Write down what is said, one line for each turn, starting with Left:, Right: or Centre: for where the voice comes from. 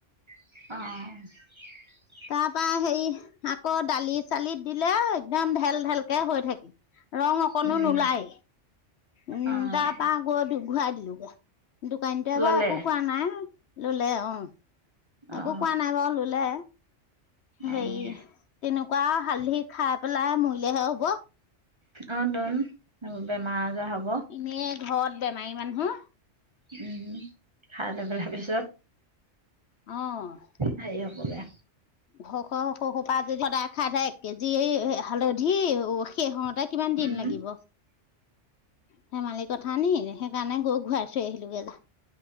Right: আহ
Left: তাৰ পৰা হেৰি আকৌ দালি চালিত দিলে একদম ঢেল ঢেলকে হৈ থাকে ৰং অকণো
Right: উম।
Left: নোলায় উম
Right: অ'
Left: তাৰপা আ গৈ ঘূৰাাই দিলোোগে দোকানীতে
Right: ল'লে
Left: বা একো কোৱা নাই ললে অ
Right: অ'
Left: একো কোৱা নাই বাৰু ললে
Right: অ'
Left: হেৰি তেনেকুৱা কুকা হালধি খাই পেলাই মৰিলেহে হব
Right: অ' তোন, বেমাৰ আজাৰ হ'ব।
Left: এনেই ঘৰত বেমাৰী মানহো
Right: উম, খা <unintelligible> পিছত
Left: অ'।
Right: হেৰি হ'বগে
Left: ঘ ঘ সৰু খোপায়ে যদি সদায় খাই থাকে এক কেজি এই এ হালধি ও শেহ হওঁতে কিমান দিন
Right: উম।
Left: লাগিব? ধেমালি কথা নি, সেইকাৰণে গও ঘূৰাই থৈ আহিলোগে যা।